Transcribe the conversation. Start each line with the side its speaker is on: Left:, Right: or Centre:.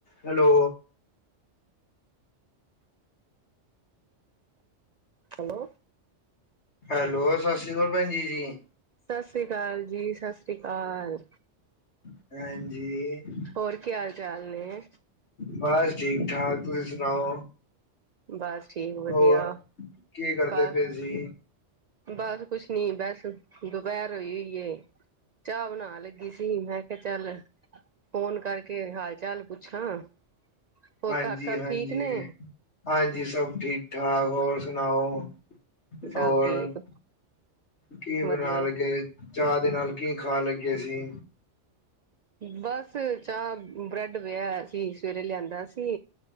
Left: Hello
Right: hello.
Left: Hello ਸਤਿ ਸ਼੍ਰੀ ਅਕਾਲ ਭੈਣਜੀ-ਜੀ‌‌।
Right: ਸਤਿ ਸ਼੍ਰੀ ਅਕਾਲ ਜੀ, ਸਤਿ ਸ੍ਰੀ ਅਕਾਲ।
Left: ਹਾਂਜੀ।
Right: ਹੋਰ ਕੀ ਹਾਲ ਚਾਲ ਨੇ?
Left: ਬਸ ਠੀਕ ਠਾਕ। ਤੁਸੀਂ ਸੁਣਾਓ?
Right: ਬਸ ਠੀਕ ਵਧੀਆ
Left: ਹੋਰ ਕੀ ਕਰਦੇ
Right: ਘਰ
Left: ਪਏ ਸੀ?
Right: ਬਸ ਕੁਛ ਨੀ ਬਸ ਦੁਪਹਿਰ ਹੋਈ-ਹੋਈਏ। ਚਾਹ ਬਣਾਣ ਲੱਗੀ ਸੀ, ਮੈਂ ਕਿਹਾ ਚੱਲ ਫੋਨ ਕਰਕੇ ਹਾਲ ਚਾਲ ਪੁੱਛਾਂ। ਹੋਰ
Left: ਹਾਂਜੀ,
Right: ਘਰ ਸਭ
Left: ਹਾਂਜੀ।
Right: ਠੀਕ ਨੇ?
Left: ਹਾਂਜੀ ਸਭ ਠੀਕ ਠਾਕ ਹੋਰ ਸੁਣਾਓ।
Right: ਸਭ
Left: ਹੋਰ
Right: ਠੀਕ
Left: ਕੀ
Right: ਵਧੀਆ।
Left: ਬਣਾਣ ਲਗੇ ਚਾਹ ਦੇ ਨਾਲ ਕੀ ਖਾਣ ਲੱਗੇ ਸੀ।
Right: ਬਸ ਚਾਹ ਬ੍ਰੈਡ ਲੈ ਆਇਆ ਸੀ, ਸਵੇਰੇ ਲਿਆਂਦਾ ਸੀ।